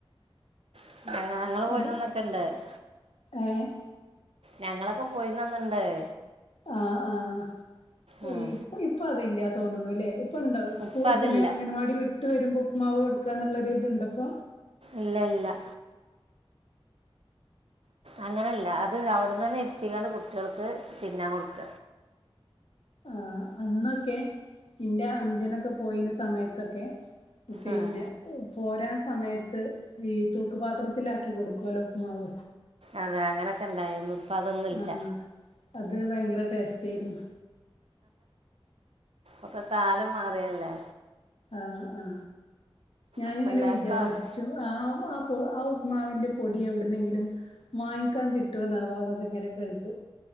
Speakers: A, on the right; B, on the left.
A: <unintelligible> ഇങ്ങള് പോയിര്ന്ന
B: അത്
A: അന്നൊക്കണ്ടത്
B: ഏഹ്
A: ഞങ്ങളൊക്കെ പോയിര്ന്ന അന്ന്ണ്ടത്
B: ആഹ് ആഹ്
A: ഉം.
B: ഈപ്പ ഇപ്പ അതില്ല തോന്നുന്നുല്ലെ ഇപ്പണ്ടോ സ്കൂൾ
A: ഇപ്പം അതില്ല
B: പിന്നെ അംഗനവാടി വിട്ട് വരുമ്പോ ഉപ്പ്മാവ് കൊടുക്കാന്നുള്ള ഒര് ഇത്ണ്ടപ്പൊ
A: ഇല്ല ഇല്ല അങ്ങനെല്ല അത് അവിടന്നന്നെ ഇര്ത്തിക്കാണ്ട് കുട്ട്യള്ക്ക് തിന്നാൻ കൊടുക്ക
B: ആഹ് അന്നൊക്കെ ഇന്റെ അഞ്ചനൊക്കെ പോയിന്യ സമയത്തൊക്കെ പിന്നെ
A: ഉം.
B: പോരാൻ സമയ ത്ത് ഈ തൂക്കുപാത്രത്തിലാക്കി കൊടുക്കുവല്ലോ ഉപ്പ്മാവ്
A: അതെ അങ്ങനൊക്കെ ഇണ്ടായിരുന്നു ഇപ്പൊ അതൊന്നുല്ല
B: ആഹ് അത് ഭയങ്കര ടേസ്റ്റേരുന്നു
A: ഒക്കെ കാലം മാറിയല്ലേ
B: ആ ആ ഞാനിങ്ങനെ
A: അപ്പം എല്ലാവർക്കും
B: വിചാരിച്ചു ആഹ് ആഹ് ആ ഉപ്പ്മാവിന്റെ പൊടി എവിട്ന്നെങ്കിലും വാങ്ങിക്കാൻ കിട്ടൊന്നാവൊ അതൊക്കെങ്ങനെ കേട്ടു